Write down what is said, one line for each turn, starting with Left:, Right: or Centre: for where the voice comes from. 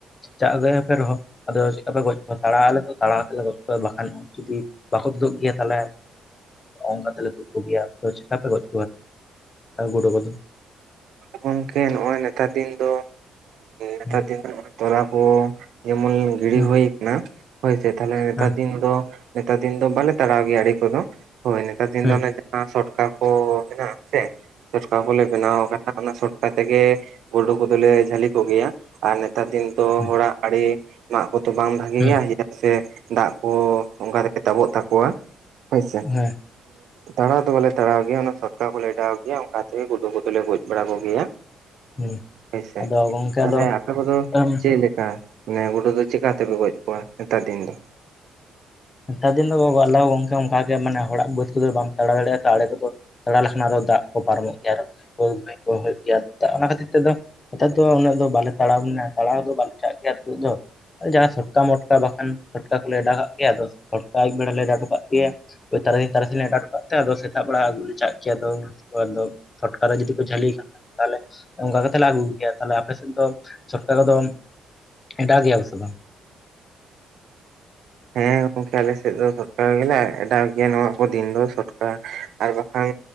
Left: ᱪᱟᱜᱽ ᱜᱮᱭᱟ ᱯᱮ ᱨᱚᱦᱚ ᱟᱫᱚ ᱪᱮᱜᱽᱠᱟ ᱯᱮ ᱜᱚᱡ ᱠᱚᱣᱟ? ᱛᱟᱲᱟᱜ ᱟᱞᱮ ᱛᱟᱲᱟ ᱠᱟᱛᱮᱞᱮ ᱜᱚᱡ ᱠᱚᱣᱟ ᱵᱟᱠᱷᱟᱱ ᱡᱩᱫᱤ ᱵᱟᱠᱚ ᱛᱩᱫᱩᱜ ᱜᱮᱭᱟ ᱛᱟᱦᱚᱞᱮ ᱚᱝᱠᱟ ᱛᱮᱞᱮ ᱛᱩᱫᱽ ᱠᱚᱜᱮᱭᱟ, ᱟᱫᱚ ᱪᱮᱜᱽᱠᱚ ᱯᱮ ᱜᱚᱡᱽ ᱜᱩᱰᱩ ᱠᱚᱫᱚ?
Right: ᱜᱚᱝᱠᱮ ᱱᱚᱜᱚ-ᱭ ᱱᱮᱛᱟᱨ ᱫᱤᱱ ᱫᱚ ᱱᱮᱛᱟᱨ
Left: ᱦᱮᱸ
Right: ᱫᱤᱱ ᱫᱚ ᱱᱚᱜᱚ-ᱭ ᱛᱚᱨᱟ ᱠᱚ ᱡᱮᱢᱚᱱ ᱜᱤᱲᱤ
Left: ᱦᱮᱸ
Right: ᱦᱩᱭ ᱠᱟᱱᱟ, ᱦᱳᱭᱥᱮ ᱛᱟᱦᱞᱮ ᱱᱮᱛᱟᱨ
Left: ᱦᱮᱸ
Right: ᱫᱤᱱ ᱫᱚ ᱱᱮᱛᱟᱨ ᱫᱤᱱ ᱫᱚ ᱵᱟᱞᱮ ᱛᱟᱲᱟᱣ ᱜᱮᱭᱟ ᱟᱹᱲᱤ ᱠᱚᱫᱚ, ᱦᱳᱭ ᱱᱮᱛᱟᱨ ᱫᱤᱱ
Left: ᱦᱮᱸ
Right: ᱫᱚ ᱱᱮ ᱥᱚᱴᱠᱟ ᱠᱚ ᱦᱮᱱᱟᱜᱼᱟ ᱥᱮ, ᱪᱚᱴᱠᱟ ᱠᱚᱞᱮ ᱵᱮᱱᱟᱣ ᱟᱠᱟᱫ ᱟᱫᱚ ᱚᱱᱟ ᱥᱚᱴᱠᱟ ᱛᱮᱜᱮ, ᱜᱩᱰᱩ ᱠᱚᱫᱚᱞᱮ ᱡᱷᱟᱹᱞᱤ ᱠᱚᱜᱮᱭᱟ᱾ ᱟᱨ ᱱᱮᱛᱟᱨ ᱫᱤᱱ ᱫᱚ
Left: ᱦᱮᱸ
Right: ᱦᱚᱲᱟᱜ ᱟᱹᱲᱤ ᱢᱟᱜ ᱠᱚᱫᱚ ᱵᱟᱝ ᱵᱷᱟᱜᱮ
Left: ᱦᱮᱸ
Right: ᱜᱮᱭᱟ, ᱪᱮᱫᱟᱜ ᱥᱮ ᱫᱟᱜ ᱠᱚ ᱚᱱᱠᱟ ᱛᱮᱜᱮ ᱛᱟᱵᱚᱜ ᱛᱟᱠᱚᱣᱟ, ᱦᱳᱭ ᱥᱮ
Left: ᱦᱮᱸ
Right: ᱛᱟᱲᱟᱣ ᱫᱚ ᱵᱟᱞᱮ ᱛᱟᱲᱟᱣ ᱜᱮᱭᱟ, ᱚᱱᱟ ᱥᱚᱴᱠᱟ ᱠᱚᱞᱮ ᱮᱰᱟᱣ ᱜᱮᱭᱟ ᱚᱱᱠᱟ ᱛᱮᱜᱮ ᱜᱩᱰᱩ ᱠᱚᱫᱚᱞᱮ ᱜᱚᱡ ᱵᱟᱲᱟ ᱠᱚᱜᱮᱭᱟ᱾
Left: ᱦᱮᱸ
Right: ᱦᱳᱭᱥᱮ
Left: ᱟᱫᱚ ᱜᱚᱝᱠᱮ
Right: ᱛᱟᱦᱞᱮ
Left: ᱟᱫᱚ
Right: ᱟᱯᱮ ᱠᱚᱫᱚ
Left: ᱟᱢ
Right: ᱪᱮᱜᱽ ᱞᱮᱠᱟ? ᱱᱮ ᱜᱩᱰᱩ ᱫᱚ ᱪᱮᱠᱟᱛᱮᱯᱮ ᱜᱚᱡᱽ ᱠᱚᱣᱟ ᱱᱮᱛᱟᱨ ᱫᱤᱱ ᱫᱚ?
Left: ᱱᱮᱛᱟᱨ ᱫᱤᱱ ᱫᱚ ᱜ ᱟᱞᱟ ᱜᱚᱝᱠᱮ ᱚᱝᱠᱟ ᱜᱮ, ᱢᱟᱱᱮ ᱦᱚᱲᱟᱜ ᱵᱟᱹᱫᱽ ᱠᱚᱫᱚ ᱵᱟᱢ ᱛᱟᱲᱟ ᱫᱟᱲᱮ ᱭᱟᱜᱼᱟ ᱛᱚ ᱟᱲᱮ ᱠᱚᱫᱚ ᱞᱮᱠᱷᱟᱱ ᱟᱫᱚ ᱫᱟᱜᱽ ᱠᱚ ᱯᱟᱨᱚᱢᱚᱜ ᱜᱮᱭᱟ ᱠᱚ ᱜᱟᱹᱭ ᱠᱚ ᱦᱩᱭᱩᱜ ᱜᱮᱭᱟ ᱛᱚ ᱚᱱᱟ ᱠᱷᱟᱹᱛᱤᱨ ᱛᱮᱫᱚ ᱱᱤᱛᱟᱨ ᱫᱚ ᱩᱱᱟᱹᱜ ᱫᱚ ᱵᱟᱞᱮ ᱛᱟᱲᱟᱢ ᱮᱱᱟ ᱛᱟᱲᱟᱣ ᱫᱚ ᱵᱟᱞᱮ ᱪᱟᱜᱽ ᱜᱮᱭᱟ ᱡᱚ ᱡᱟᱦᱟᱸ ᱴᱚᱴᱠᱟ, ᱢᱚᱴᱠᱟ, ᱵᱟᱠᱷᱟᱱ ᱴᱟᱴᱠᱟ ᱠᱚᱞᱮ ᱚᱰᱟᱣ ᱠᱟᱜ ᱠᱮᱭᱟ᱾ ᱟᱫᱚ ᱥᱷᱚᱴᱠᱟ ᱟᱹᱭᱩᱵ ᱵᱮᱲᱟ ᱞᱮ ᱟᱰᱟᱣ ᱦᱚᱴᱚ ᱠᱟᱜᱽ ᱠᱮᱭᱟ- ᱛᱟᱨᱟᱥᱤᱧ ᱛᱟᱨᱟᱥᱤᱧ ᱞᱮ ᱟᱰᱟᱣ ᱦᱚᱴᱚ ᱠᱟᱜ ᱠᱟᱜᱽ ᱛᱮ ᱥᱮᱟᱜ ᱵᱮᱲᱟ ᱟᱹᱜᱩ ᱞᱮ ᱪᱟᱜ ᱠᱮᱭᱟ ᱟᱫᱚ ᱦᱳᱭ ᱫᱚ ᱪᱚᱴᱠᱟ ᱨᱮ ᱡᱩᱫᱤ ᱠᱚ ᱡᱷᱟᱹᱞᱤ ᱠᱷᱟᱱ ᱛᱟᱦᱚᱞᱮ ᱚᱱᱠᱟ ᱠᱟᱛᱮᱜ ᱞᱮ ᱟᱹᱜᱩ ᱠᱚ ᱜᱮᱭᱟ᱾ ᱛᱟᱦᱞᱮ ᱟᱯᱮ ᱥᱮᱫ ᱫᱚ ᱥᱚᱴᱠᱟ ᱠᱚᱫᱚ ᱮᱰᱟᱣ ᱜᱮᱭᱟ ᱵᱮᱥᱮ ᱵᱟᱝ?
Right: ᱦᱮᱸᱣ ᱜᱚᱠᱮ ᱟᱞᱮᱥᱮᱫ ᱫᱚ ᱥᱚᱴᱠᱟ ᱜᱮᱞᱮ ᱮᱰᱟᱣ ᱜᱮᱭᱟ, ᱱᱚᱣᱟ ᱠᱚ ᱫᱤᱱ ᱫᱚ ᱥᱚᱴᱠᱟ ᱟᱨ ᱵᱟᱠᱷᱟᱱ